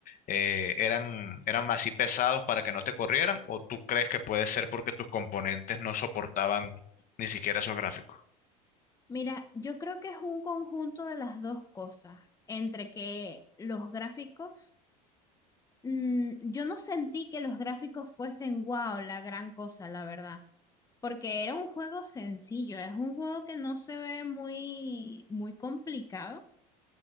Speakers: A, on the left; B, on the left.
A: eh, eran, eran así pesados para que no te corrieran, o tú crees que puede ser porque tus componentes no soportaban ni siquiera esos gráficos?
B: Mira, yo creo que es un conjunto de las dos cosas, entre que los gráficos, mm, yo no sentí que los gráficos fuesen wow, la gran cosa, la verdad, porque era un juego sencillo, es un juego que no se ve muy, muy complicado,